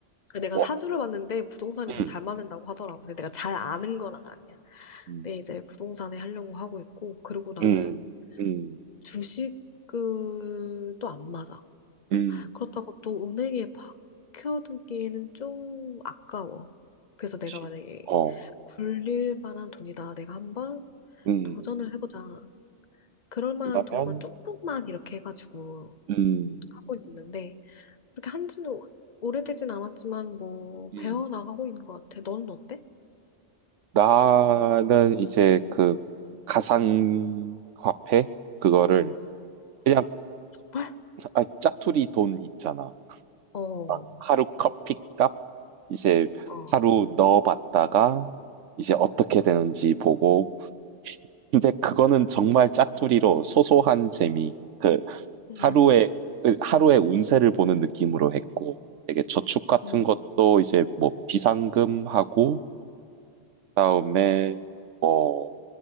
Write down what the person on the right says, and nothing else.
뭐,
음,
음,
음, 음,
음,
그치.
어,
음,
그러면,
음,
음,
나는 이제 그 가상화폐 그거를 그냥
아, 짜투리 돈 있잖아.
막 하루 커피값 이제
하루 넣어봤다가 이제 어떻게 되는지 보고 근데 그거는 정말 짝투리로 소소한 재미 그
하루의 하루의 운세를 보는 느낌으로 했고 되게 저축 같은
것도 이제 뭐 비상금하고 그다음에 뭐